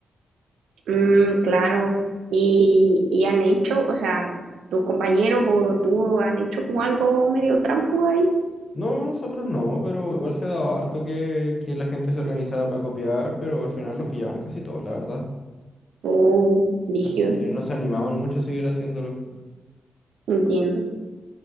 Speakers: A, on the right (about 85°); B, on the left (about 50°).
A: mm, claro. ¿Y, y han hecho, o sea, tus compañeros o tú han hecho como algo medio tránfuga ahí?
B: No, nosotros no, pero igual se daba harto que, que la gente se organizaba para copiar, pero al final los pillaban a casi todos, la verdad.
A: Oh, rígido,
B: Así que no se animaban mucho a seguir haciéndolo.
A: entiendo.